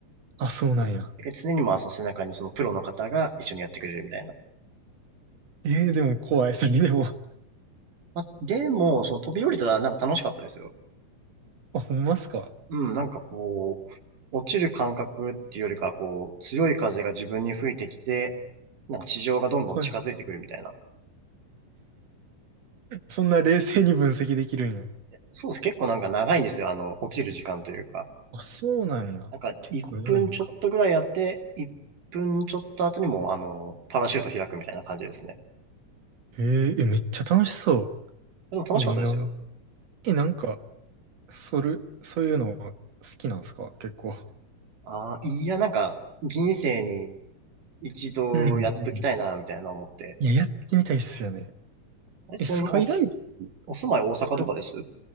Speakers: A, on the right; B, on the right.
A: あ、そうなんや。
B: だけど常にまあ、その背中にそのプロの方が一緒にやってくれるみたいな。
A: えー、でも怖い、それでも。<laughs>
B: まあ、でも、その飛び降りたらなんか楽しかったですよ。
A: あ、ほんまっすか
B: うん、なんかこう、落ちる感覚っていうよりかは、こう、強い風が自分に吹いてきて、なんか地上がどんどん近づいてくるみたいな。
A: はいはい。そんな冷静に分析できるんや。
B: そうです。結構なんか長いんですよ、あの、落ちる時間というか。
A: あ、そうなんや。
B: なんか、
A: 結構やばいんか。
B: 1分ちょっとぐらいやって、1分ちょっと後にもう、あの、パラシュート開くみたいな感じですね。
A: えー、え、めっちゃ楽しそ
B: でも楽しかったですよ。
A: う。いいな。え、なんか、それ、そういうの好きなんすか結構。
B: ああ、いや、なんか、人生に一度やっときたいな、
A: うんうん。
B: みたいな思って。
A: いや、やってみたいっすよね。
B: あれ、
A: え、
B: ちなみにおす、
A: スカイダイビング
B: お住まい大阪とかです
A: それ、